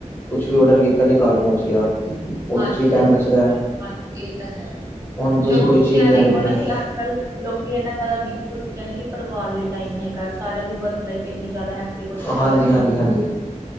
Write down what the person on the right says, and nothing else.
ਹਾਂਜੀ
ਹਾਂਜੀ
ਹਾਂਜੀ ਇਹ ਤਾਂ ਹੈ
ਤੇ ਹੁਰ
ਕ
ਦੇਖੋ ਨਾ
ਕਿ ਅੱਜ ਕੱਲ ਲੋਕੀ ਇੰਨਾ ਜ਼ਿਆਦਾ ਬਿਜ਼ੀ ਹੋ ਚੁੱਕੇ ਨੇ ਕਿ ਪਰਿਵਾਰ ਲਈ ਟਾਈਮ ਨੀ ਹੈਗਾ ਸਾਰਿਆਂ ਦੀ ਵਰਕ ਲਾਈਫ ਇੰਨੀ ਜ਼ਿਆਦਾ ਹੈ ਕੁ ਚੁਿਆ
ਬੱਚ